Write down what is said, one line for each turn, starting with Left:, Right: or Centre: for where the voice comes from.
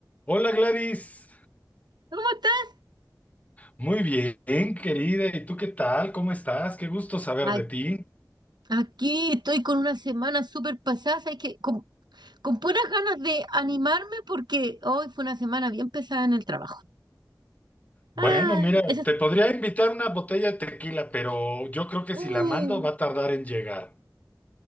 Left: Hola Gladys,
Right: ¿Cómo estás?
Left: muy bien querida, ¿y tú qué tal? ¿Cómo estás? Qué gusto saber
Right: A-
Left: de ti.
Right: Aquí estoy con una semana súper pasada, es que con, con puras ganas de animarme porque hoy fue una semana bien pesada en el trabajo. Ay,
Left: Bueno, mira,
Right: eso es...
Left: te podría invitar una botella de tequila, pero yo creo que
Right: uh.
Left: si la mando va a tardar en llegar.